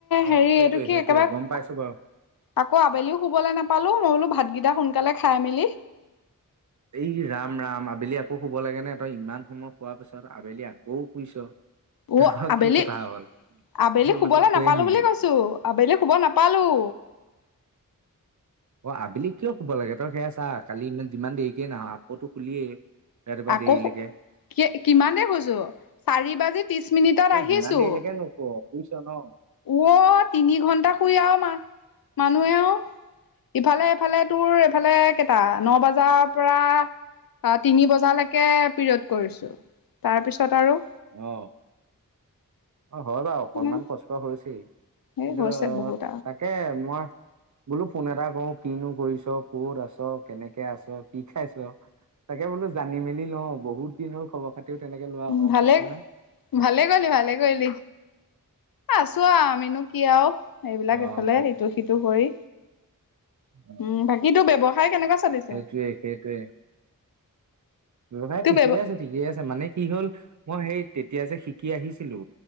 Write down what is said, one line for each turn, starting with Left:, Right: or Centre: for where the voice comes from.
Right: অ',
Left: হেৰি
Right: সেইটোয়ে
Left: এইটো কি
Right: সেইটোৱে
Left: একেবাৰে
Right: গ'ম পাইছো বাৰু।
Left: আকৌ আবেলিও শুবলে নাপালো, মই বোলো ভাতকেইটা সোনকালে খাই মেলি
Right: এই ৰাম ৰাম আবেলি আকৌ শুব লাগে নে, তই ইমান সময় শুৱাৰ পিছত আবেলি আকৌ শুইছ। <inaudible>
Left: অ' আবেলি,
Right: কি কথা হ'ল
Left: আবেলি
Right: ইমান
Left: শুবলে
Right: মানুহ শুৱে
Left: নাপালো
Right: নেকি
Left: বুলি কৈছো। আবেলি শুব নাপালোঁ।
Right: অ', আবেলি কিয় শুব লাগে, তই সেয়া ছা কালি ইমান যিমান দেৰিকে নাহ আকৌতো শুলিয়ে। ৰাতিপুৱা
Left: আকৌ
Right: দেৰিলেকে।
Left: কি কিমান দেৰি শুইছো, চাৰি বাজি ত্ৰিশ মিনিটত
Right: এই
Left: আহিছো।
Right: যিমান দেৰিলৈকে নুশুৱ শুইছ ন
Left: অ', তিনি ঘণ্টা শুই আৰু মা-মানুহে আও। ইফালে ইফালে তোৰ এফালে কেইটা, ন' বজাৰ পৰা আ তিনি বজা। লৈকে পিৰিয়ড কৰিছোঁ, তাৰ পিছত আৰু
Right: অ'। অ', হয় বাৰু অকনমান
Left: মানে
Right: কষ্ট হৈছে,
Left: এই
Right: কিন্তু
Left: হৈছে বহুত
Right: তাকে মই বোলো ফোন এটা কৰোঁ কিনো কৰিছ, ক'ত আছ, কেনেকে আছ, কি খাইছ। তাকে বোলো জানি মেলি লওঁ, বহুত দিন হ'ল খবৰ-খাতিও তেনেকে
Left: আৰু
Right: লোৱা হোৱা
Left: ভালে
Right: নাই নহয়।
Left: ভালে কৰিলি, ভালে কৰিলি আছো আৰু আমিনো কি আও। এইবিলাক
Right: অ
Left: এইফালে
Right: বাকী
Left: ইটো-সিটো কৰি।
Right: অ
Left: উম, বাকী তোৰ ব্যৱসায় কেনেকুৱা চলিছে?
Right: সেইটোৱে সেইটোৱে ব্যৱসায়
Left: তোৰ
Right: ঠিকেই
Left: ব্যৱ
Right: আছে, ঠিকেই আছে, মানে কি হ'ল মই সেই তেতিয়া যে শিকি আহিছিলো।